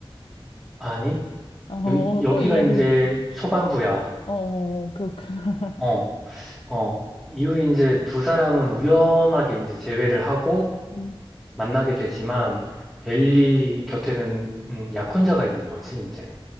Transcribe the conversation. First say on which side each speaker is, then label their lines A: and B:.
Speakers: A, in the centre; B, on the left.
A: 아니,
B: 어, 어,
A: 여, 여기가
B: 또 이야기가
A: 이제
B: 있어.
A: 초반부야.
B: 어, 어, 어. 그렇구나.
A: 어, 어. 이후 이제 두 사람은 우연하게 이제 재회를 하고
B: 음.
A: 만나게 되지만 엘리 곁에는 음, 약혼자가 있는 거지, 이제.